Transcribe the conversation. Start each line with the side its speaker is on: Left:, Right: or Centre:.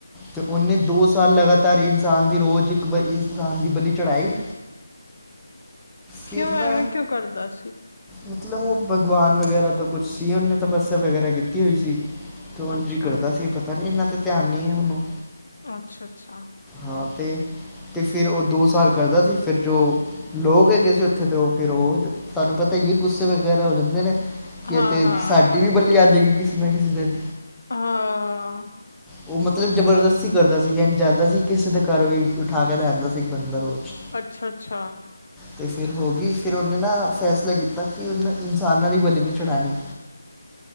Centre: ਤੇ ਉਹਨੇ ਦੋ ਸਾਲ ਲਗਾਤਾਰ ਇਨਸਾਨ ਦੀ ਰੋਜ਼ ਇੱਕ ਇਨਸਾਨ ਦੀ ਬਲੀ ਚੜ੍ਹਾਈ। ਫੇਰ
Left: ਕਿਉਂ ਐਵੇਂ
Centre: ਨਾ
Left: ਕਿਉਂ ਕਰਦਾ ਸੀ?
Centre: ਮਤਲਬ, ਉਹ ਭਗਵਾਨ ਵਗੈਰਾ ਤੋਂ ਕੁਛ ਸੀ, ਉਹਨੇ ਤਪੱਸਿਆ ਵਗੈਰਾ ਕੀਤੀ ਹੋਈ ਸੀ, ਤੇ ਉਂਜੀ
Left: ਅੱਛਾ,
Centre: ਅਸੀਂ ਪਤਾ ਨੀ ਇਹਨਾ ਤੇ ਧਿਆਨ ਨੀ ਹੈ ਮੈਨੂੰ।
Left: ਅੱਛਾ, ਅੱਛਾ
Centre: ਹਾਂ ਤੇ, ਤੇ ਫਿਰ ਉਹ ਦੋ ਸਾਲ ਕਰਦਾ ਸੀ, ਫਿਰ ਜੋ ਲੋਗ ਹੈਗੇ ਸੀ ਉੱਥੇ ਤੇ ਉਹ ਫਿਰ ਉਹ ਤੁਹਾਨੂੰ ਪਤਾ ਈ ਏ ਗੁੱਸੇ ਵਗੈਰਾ ਹੋ ਜਾਂਦੇ ਨੇ। ਕੀ
Left: ਹਾਂ-ਹਾਂ,
Centre: ਅਤੇ ਸਾਡੀ ਵੀ ਬਲੀ ਆ ਜੇਗੀ ਕਿਸੇ ਨਾ ਕਿਸੇ ਦਿਨ।
Left: ਹਾਂ
Centre: ਉਹ ਮਤਲਬ ਜਬਰਦਸਤੀ ਕਰਦਾ ਸੀ, ਜੈਂਜ ਜਾਂਦਾ ਸੀ ਕਿਸੇ ਦੇ ਘਰ ਵੀ, ਉਠਾ ਕੇ ਲੈ ਅਂਦਾ ਸੀ ਇੱਕ ਬੰਦਾ ਰੋਜ।
Left: ਅੱਛਾ, ਅੱਛਾ।
Centre: ਤੇ ਫਿਰ ਹੋ ਗਈ, ਫਿਰ ਉਹਨੇ ਨਾ ਫੈਸਲਾ ਕੀਤਾ, ਕਿ ਉਹਨੇ ਇਨਸਾਨਾਂ ਦੀ ਬਲੀ ਨਹੀਂ ਚੜ੍ਹਾਣੀ।